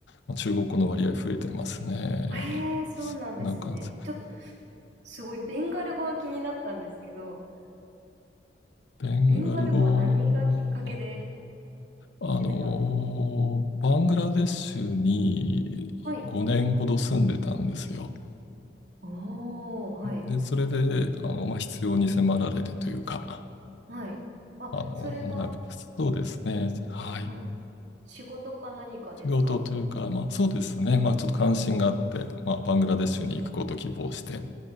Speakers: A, on the left; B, on the right.
A: まあ中国語の割合増えてますね。
B: ええ、そうなんですね。
A: そんな感じ。
B: ちょっと、すごいベンガル語が気になったんですけど、
A: ベンガル語、
B: ベンガル語は何がきっかけで
A: あの、
B: 始めたんですか
A: バングラデシュに5年ほど住んでたんですよ。
B: はい。おー、はい。
A: で、それで、あの、まあ、必要に迫られてというか、
B: はい。あ、
A: あの、
B: それは、
A: 学ぶ。そうですね。はい。
B: はい。仕事か何かですか
A: 仕事というか、まあ、そうですね。まあ、ちょっと関心があって、まあ、バングラデシュに行くことを希望して、